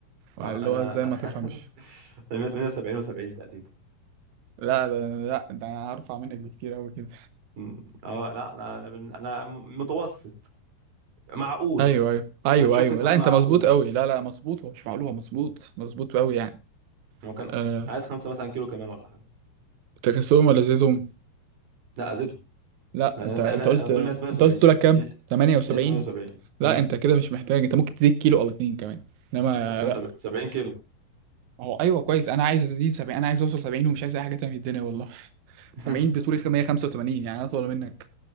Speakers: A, on the right (about 60°); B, on the right (about 75°).
A: اه
B: اللي
A: انا
B: هو ازاي
A: انا
B: ما
A: <laughs>
B: تفهمش
A: انا 178 و70 تقريبا
B: لا ده لا ده انا هرفع منك بكتير قوي كده
A: م- اه لا لا، انا بن- انا م- متوسط معقول
B: ايوه
A: مثلا
B: ايوه ايوه
A: انت تشوفني
B: ايوه
A: تقول
B: لا انت
A: معقول
B: مظبوط قوي لا لا مظبوط ومش معقول مظبوط مظبوط قوي يعني
A: هو كان
B: أه
A: عايز خمسة مثلا كيلو كمان ولا حاجة
B: تكسهم ولا زيتهم
A: لا أذيتهم
B: لا
A: لأن
B: انت
A: أنا
B: انت
A: أنا
B: قلت
A: أنا طولي 178 مية-
B: انت قلت طولك كام 78
A: 178
B: لا
A: امم
B: انت كده مش محتاج انت ممكن تزيد كيلو او اتنين كمان انما
A: بس أنا
B: لا
A: سب- 70 كيلو
B: هو ايوه كويس انا عايز ازيد 70 انا عايز اوصل 70 ومش عايز اي حاجه تانية من الدنيا والله <laughs>
A: <laughs>
B: 70 بطولي 185 يعني اطول منك